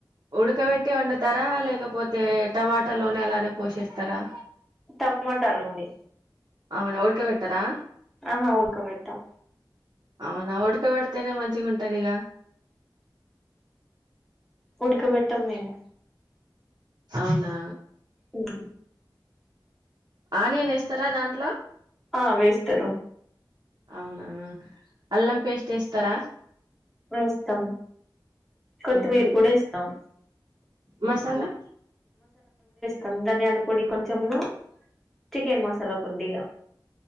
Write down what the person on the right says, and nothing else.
ఉడకబెట్టి వండుతారా లేకపోతే టమాటా లోనే అలానే పోసేస్తారా
అవునా ఊడ్కబేట్టరా
అవునా ఉడకబెడతేనే మంచిగా ఉంటదిగ
అవునా
ఆనియన్ వేస్తరా దాంట్లో
అవునా అల్లం పేస్ట్ వేస్తర
ఉహు
మసాలా